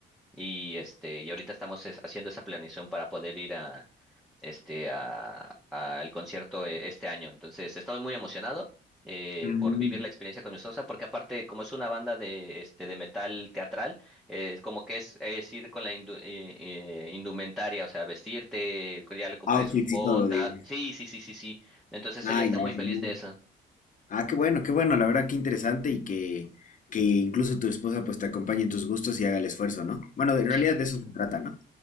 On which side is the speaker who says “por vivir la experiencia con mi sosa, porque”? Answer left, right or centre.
Centre